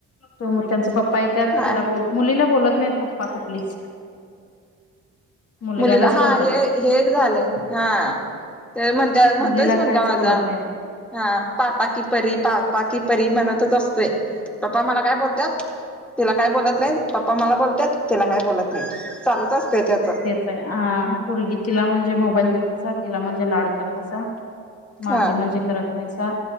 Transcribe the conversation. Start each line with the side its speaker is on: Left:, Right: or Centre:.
Left: तू मग त्यांच पप्पा. त्यात
Centre: हा
Left: तिला बोल मुलीला बोलत नाहीत पप्पा कुठलीच मुलग्यालाच
Centre: मुलीला
Left: बोलतात
Centre: हा हे हे एक झालंय हा तर म्हणता म्हणतोयच
Left: मुलीला
Centre: मुलगा
Left: काहीच
Centre: माझा
Left: बोलत नाहीत.
Centre: हा पापा की परी पापा की परी म्हणतच असतोय. पप्पा मला काय बोलत्यात? तिला काय बोलत नाहीत. पप्पा मला बोलत्यात. तिला काय बोलत नाहीत. चालूच असतय त्याच.
Left: आ पोरगी तिला म्हणजे मोबाईल देतासा. तिला म्हणजे लाड करतासा. माझं
Centre: हा
Left: म्हणजे करत नाहीसा.